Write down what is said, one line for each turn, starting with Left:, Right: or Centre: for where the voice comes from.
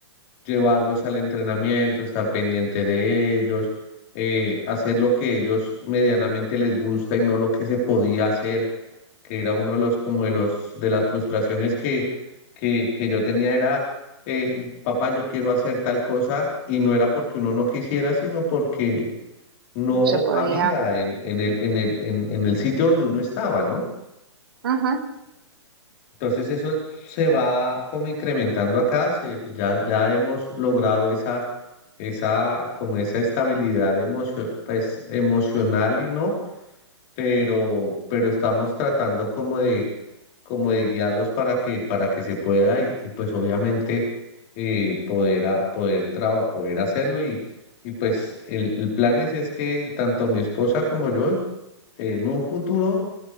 Left: llevarlos al entrenamiento, estar pendiente de ellos, eh, hacer lo que ellos medianamente les gusta y no lo que se podía hacer, que era uno de los, como de los, de las frustraciones que, que, que yo tenía era, eh, papá, yo quiero hacer tal cosa y no era porque uno no quisiera, sino porque no
Right: no se podía.
Left: había en, en el, en el, en en el sitio donde uno estaba, ¿no?
Right: Ajá,
Left: Entonces eso se va como incrementando acá, se- ya, ya hemos logrado esa, esa, como esa estabilidad emocio- pues, emocional y no pero, pero estamos tratando como de, como de guiarlos para que, para que se pueda y, y pues obviamente eh, poder, a- poder, traba, poder hacerlo y, y pues el, el plan es, es que tanto mi esposa como yo en un futuro,